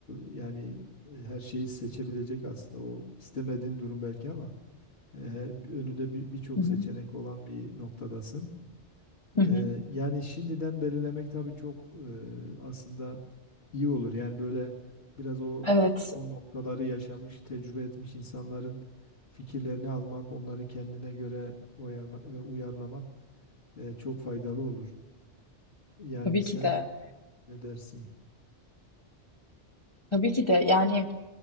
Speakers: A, on the left; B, on the left.
A: e, yani e, her şeyi seçebilecek aslında o istemediğin durum belki ama e, her- önünde bir birçok
B: hı.
A: seçenek olan bir noktadasın.
B: Hı hı.
A: E, yani şimdiden belirlemek tabii çok e, aslında iyi olur. Yani böyle biraz o
B: Evet.
A: son noktaları yaşamış, tecrübe etmiş insanların fikirlerini almak, onları kendine göre uyarla- e, uyarlamak e, çok faydalı olur. Yani
B: Tabii
A: sen
B: ki de.
A: ne dersin?
B: Tabii ki de. Yani